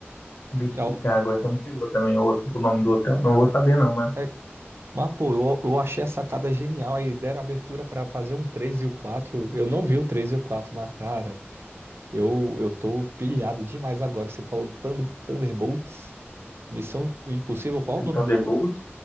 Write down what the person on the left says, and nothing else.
bicho,
Chicago, essa me pegou também o, o nome do hotel. Não vou saber, não, mano.
o
Thunderbolts,